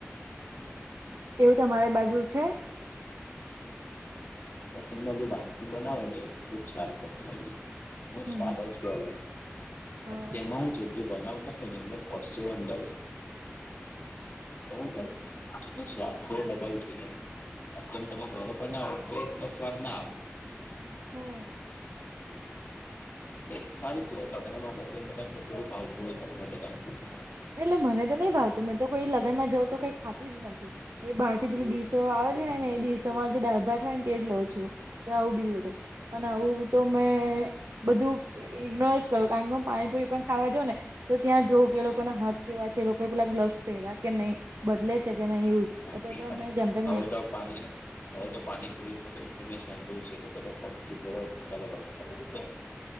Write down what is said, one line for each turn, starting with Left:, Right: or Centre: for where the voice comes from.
Right: એવું તમારી બાજુ છે.
Left: પસંદમા કોઈ વાનગી બનાવે ને ખૂબ સાદ બતી હોય છે એનો
Right: હમ
Left: સ્વાદ
Right: હમ
Left: જ છે
Right: હા
Left: તેમાં હું છે જે બનાવતા થાય ને એ <unintelligible> સ્વાદ થોડો ડબલ થઈ જાયમ તમે ઘરો પણ ના તો પ્લસ સ્વાદ ના આવે
Right: હમ્મ
Left: એક તારીખ લગ્ન માટેું પહચું <unintelligible>
Right: એટલે મને તો નહી ભાવતું મેં તો કોઈ લગનમાં જવું તો કઈ ખાતી જ નથી એ બારથી પેલી ડીસો આવેલી હોય ને એ ડીસ જે ડાળબાટ હોય ને તે જ લઉં છું આવું બીજું બધું પણ આવું તો મેં બધું ઈગ્નોર જ કરું કારણ કે હું પાણીપુરી પણ ખાવા જઉ ને તો ત્યાં જોઉ કે લોકો એ લોકો પેલા ગ્લવ્સ પહેર્યા કે નહી બદલે છે કે નહી એ યુઝ જ
Left: <unintelligible>
Right: તો તો મેં જેમ તેમ
Left: હવે તો પાની <unintelligible>